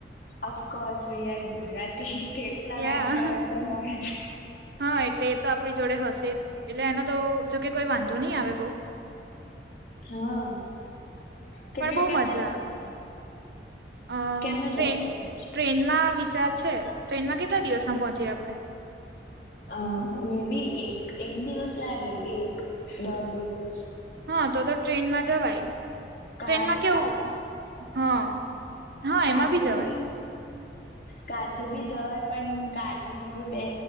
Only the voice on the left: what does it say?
of course we are Gujarati thepla
ગાંઠિયાઓ તો હોય જ
હા કેટ
કેમને
જવાનું
કેમને
જવાનું
અ મે બી એક એક દિવસ લાગે એક દોઢ દિવસ
કાર
કાર
કારથી
બી નય <unintelligible>
કારથી બી જવાય પણ કારથી બે